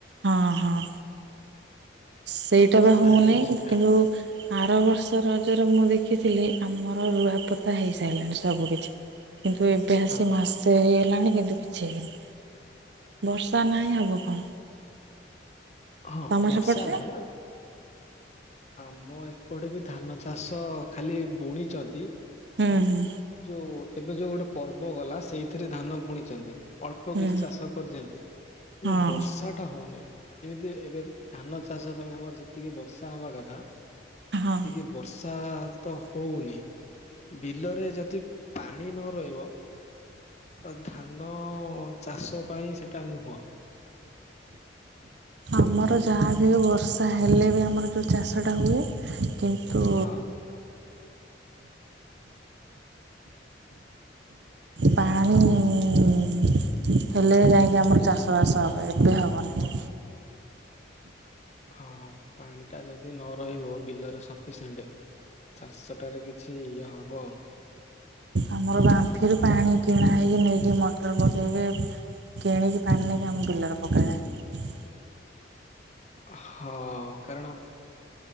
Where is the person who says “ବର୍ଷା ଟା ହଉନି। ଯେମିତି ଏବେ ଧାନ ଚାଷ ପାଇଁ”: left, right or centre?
Left